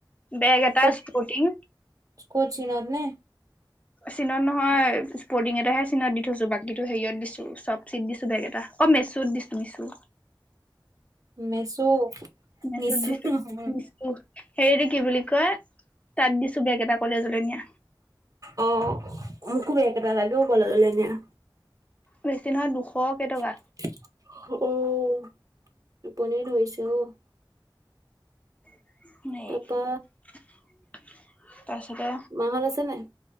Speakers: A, on the left; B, on the right.
A: বেগ এটা
B: ক'ত
A: স্পৰ্টিং।
B: ক'ত চীনত নে
A: চিনত নহয় স্পৰ্টিং এটাহে চিনত দি থৈছো, বাকীটো হেৰিয়ত দিছো চবচিট দিছো বেগ এটা। অ, মেচুত দিছো মিচু।
B: মেচ'।
A: মেচ'ত
B: মিছো
A: দিছো
B: নহয়
A: মেচ'। হেৰি এইটো কি বুলি কয় তাত দিছো বেগ এটা কলেজলে নিয়া।
B: অ', মোকো বেগ এটা লাগে অ', কলেজলে নিয়া।
A: বেছি নহয় দুশ কেইটকা
B: <inaudible> অ', টোপনিয়ে ধৰিছে অ'
A: <inaudible>
B: তাৰপা
A: তাৰপিছতে,
B: মাহত আছে নাই?